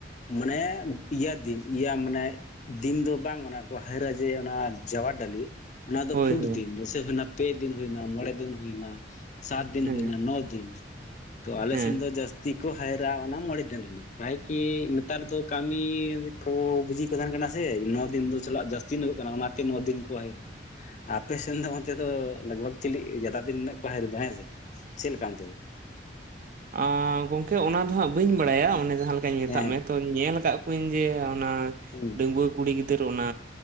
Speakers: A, on the left (about 40°); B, on the right (about 45°).
A: ᱢᱟᱱᱮ ᱤᱭᱟᱹ ᱫᱤᱱ ᱤᱭᱟᱹ ᱢᱟᱱᱮ ᱫᱤᱱ ᱫᱚ ᱵᱟᱝ ᱚᱱᱟ ᱠᱚ ᱦᱟᱭᱨᱟ ᱡᱮ ᱚᱱᱟ ᱡᱟᱣᱟᱨ ᱰᱟᱹᱞᱤ ᱚᱱᱟ ᱫᱚ
B: ᱦᱳᱭ
A: ᱯᱷᱩᱴ
B: ᱦᱳᱭ
A: ᱫᱤᱱ ᱡᱮᱭᱥᱮᱱᱟ᱾ ᱯᱮ ᱫᱤᱱ ᱦᱩᱭᱱᱟ, ᱢᱚᱬᱮ ᱫᱤᱱ ᱦᱩᱭᱱᱟ, ᱥᱟᱛ ᱫᱤᱱ
B: ᱦᱮᱸ
A: ᱦᱩᱭᱱᱟ ᱱᱚ ᱫᱤᱱ ᱛᱚ ᱟᱞᱮ
B: ᱦᱮᱸ
A: ᱥᱮᱱ ᱫᱚ ᱡᱟᱹᱥᱛᱤ ᱠᱚ ᱦᱟᱭᱨᱟᱜ ᱚᱱᱟ ᱢᱚᱬᱮ ᱫᱤᱱ ᱨᱮᱱᱟᱜ ᱠᱤ ᱱᱮᱛᱟᱨ ᱫᱚ ᱟ ᱠᱚᱵ ᱵᱩᱡ ᱠᱚ ᱛᱟᱦᱮᱟᱱ ᱠᱟᱱᱟ ᱥᱮ ᱫᱤᱱ ᱫᱚ ᱪᱟᱞᱟᱜ ᱡᱟᱹᱥᱛᱤ ᱧᱚᱜᱚᱜ ᱠᱟᱱᱟ ᱚᱱᱟᱛᱮ ᱱᱚᱣᱟ ᱫᱤᱱ ᱠᱚ ᱦᱤᱨᱱᱟ ᱟᱯᱮ ᱥᱮᱱ ᱫᱚ ᱚᱱᱛᱮ ᱫᱚ ᱞᱟᱜᱽᱵᱷᱟᱜᱽ ᱪᱤᱞᱤ ᱡᱫᱟᱜ ᱫᱤᱱ ᱨᱮᱱᱟᱜ ᱠᱚ ᱦᱤᱨ ᱫᱟ ᱦᱮᱸ ᱥᱮ ᱪᱮᱫ ᱞᱮᱠᱟ ᱚᱱᱛᱮ ᱫᱚ?
B: ᱟᱸᱼ ᱜᱚᱢᱠᱮ ᱚᱱᱟ ᱫᱚ ᱦᱟᱸᱜ ᱵᱟᱹᱧ ᱵᱟᱲᱟᱭᱟ ᱚᱱᱮ ᱡᱟᱦᱟᱸ ᱞᱮᱠᱟᱧ ᱢᱮᱛᱟᱜ
A: ᱦᱮᱸ
B: ᱢᱮ ᱛᱚ᱾ ᱧᱮᱞ ᱟᱠᱟᱫ ᱠᱚᱣᱟᱧ ᱡᱮ ᱚᱱᱟ
A: ᱦᱮᱸ
B: ᱰᱟᱺᱜᱣᱟᱹ ᱠᱩᱲᱤ ᱜᱤᱫᱟᱹᱨ ᱚᱱᱟᱼᱼ